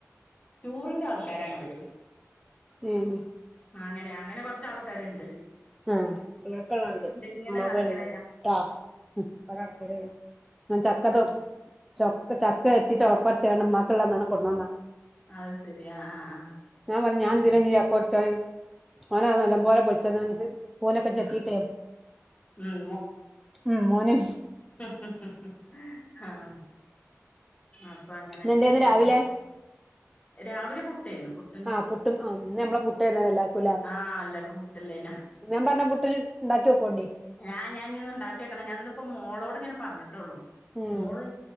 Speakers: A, on the left; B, in the centre.
A: ടൂറിന്റെ ആൾക്കാരാണ് ഓല്
B: ഉം
A: അങ്ങനെ അങ്ങനെ കൊറച്ചാൾക്കാര്ണ്ട്
B: ഉം ഇങ്ങക്ക്ള്ളണ്ട്
A: ഇങ്ങനെ
B: ഉമ്മാക്കും
A: നടക്കണ
B: വല്ലിമ്മാക്കും
A: ഞാ
B: ട്ടോ ഉം ഞാൻ ചക്കതും
A: ആഹ്
B: ചൊക്ക ചക്ക എത്തി ചൊളപ്പറിച്ചാണ്ട് ഉമ്മാക്കള്ളണ്ടണ്ണം കൊട്ന്നന്നാ
A: അഅ് സരി അ അ ആഹ്
B: ഞാൻ പറഞ്ഞു ഞാനെന്തിനാഞ്ഞ്
A: ആഹ് ഉം
B: ചക്ക പറിച്ചാന് ഓനത് നല്ലം പോലെ പൊളിച്ചന്നാന്ച്ച് കൂനൊക്കെ ചെത്തീട്ടേ
A: ആഹ് ഉം
B: ഉം മോന്
A: ഹും ഹും ഹും ആഹ് അപ്പ അങ്ങനെ
B: ഇന്നെന്തേന്ന് രാവിലെ
A: അങ്ങനെ രാവിലെ പുട്ടേന്നു പുട്ട്
B: ആഹ് പുട്ടും ആഹ് ഇന്ന് ഞമ്മളെ പുട്ടേര്ന്നലേ എല്ലാര്ക്കുംലേ
A: ആഹ് എല്ലാർക്കും പുട്ടില്ലേനോ
B: ഞാൻ പറഞ്ഞ പുട്ട് ണ്ടാക്ക്യോക്കോണ്ടി
A: ഞാ ഞാ ഞ്ഞിന്ന് ണ്ടാക്ക്യോക്കണം ഞാന്നിപ്പോ മോളോട്ങ്ങനെ പറഞ്ഞിട്ടൊള്ളൂ
B: ഉം
A: മോള്